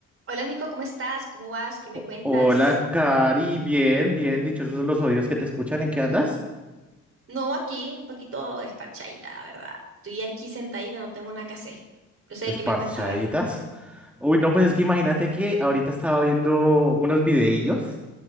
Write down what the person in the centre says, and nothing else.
O-
Hola, Cari, bien, bien, dichosos los oídos que te escuchan, ¿en qué andas?
Esparchaditas.
Uy, no, pues es que imagínate que ahorita estaba viendo unos videillos